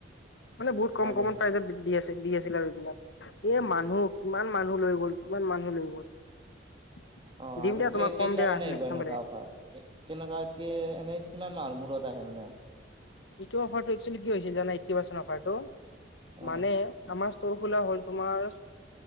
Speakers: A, on the left; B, on the right.
A: মানে বহুত কম
B: হয়
A: কমত
B: নেকি
A: প্ৰাইজত দি আছে। দি আছিল আৰু এইবিলাক এ মানুহ কিমান মানুহ লৈ গ'ল। কিমান মানুহ লৈ গ'ল? <unintelligible>
B: অ'
A: দিম
B: আৰু
A: দিয়া তোমাক
B: এই কেইটা
A: কম দিয়া
B: মানে আহিব।
A: নেক্স
B: এনেকুৱা
A: টাইম পালে
B: অফাৰ কেনেককা কি এনে কিমান মাহৰ মূৰত। আহে মানে
A: এইটো অফাৰটো একচুৱেলী কিয় হৈছে জানা। এইটি পাৰ্চেন্ত অফাৰটো
B: অ
A: মানে আমাৰ সৰ খোলা হ'ল। তোমাৰ